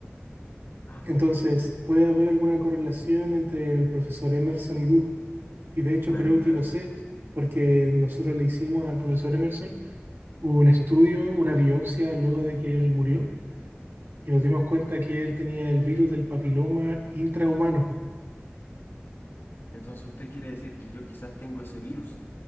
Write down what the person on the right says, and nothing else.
Entonces, puede haber alguna correlación entre el profesor Emerson y tú. Y de hecho
creo
que lo sé,
porque nosotros le hicimos al profesor Emerson un estudio, una biopsia luego de que él murió, y nos dimos cuenta que él tenía el virus del papiloma intrahumano.